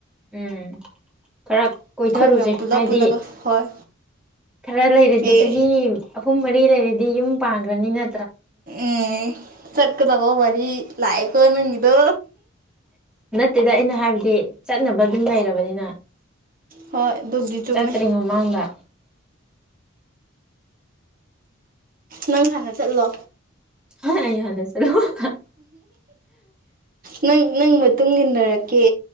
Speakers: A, in the centre; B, on the right.
A: ꯎꯝ ꯈꯔ
B: ꯑꯩꯈꯣꯏ
A: ꯀꯣꯏꯊꯔꯨꯁꯦ
B: ꯃꯌꯥꯝ ꯄꯨꯜꯂꯞ
A: ꯍꯥꯏꯗꯤ
B: ꯄꯨꯜꯂꯒ ꯍꯣꯏ
A: ꯈꯔ ꯂꯩꯔꯗꯤ
B: ꯑꯦ
A: ꯆꯍꯤ ꯨꯑꯍꯨꯝ ꯃꯔꯤ ꯂꯩꯔꯗꯤ ꯌꯨꯝ ꯄꯥꯡꯈ꯭ꯔꯅꯤꯅ
B: ꯎꯝ ꯆꯠꯀꯥꯗꯕ ꯃꯔꯤ ꯂꯛꯑꯦꯀꯣ ꯅꯥꯪꯒꯤꯗꯤ
A: ꯅꯥꯠꯇꯦꯗꯥ ꯑꯩꯅ ꯍꯥꯏꯕꯗꯤ ꯆꯠꯅꯕ ꯑꯗꯨꯝ ꯂꯩꯔꯕꯅꯤꯅ
B: ꯍꯣꯏ ꯗꯨꯕꯨꯗꯤ ꯆꯨꯝꯃꯤ
A: ꯆꯠꯇ꯭ꯔꯤ ꯃꯃꯥꯡꯗ
B: ꯅꯪ ꯍꯥꯟꯅ ꯆꯠꯂꯣ
A: ꯑꯩ ꯍꯟꯅ ꯆꯠꯂꯩ <unintelligible>
B: ꯅꯪ ꯅꯪ ꯃꯇꯨꯡ ꯏꯟꯅꯔꯛꯀꯦ